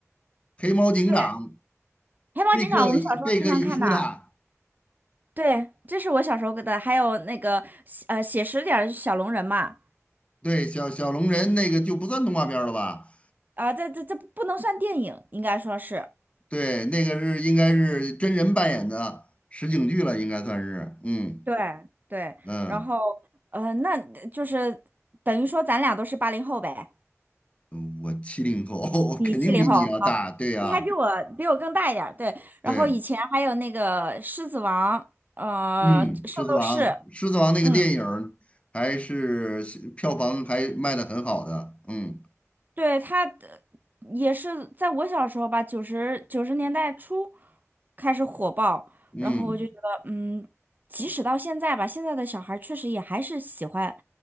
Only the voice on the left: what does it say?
黑猫警长、
贝克贝克与舒塔，
对，小小龙人那个就不算动画片儿了吧？
对，那个是应该是真人扮演的实景剧了，应该算是。嗯
嗯，
嗯我七零后，<laughs> 我肯定比你要大。
对呀、
对，
嗯，
《狮子王》《狮子王》那个电影儿还是票房还卖的很好的。
嗯
嗯，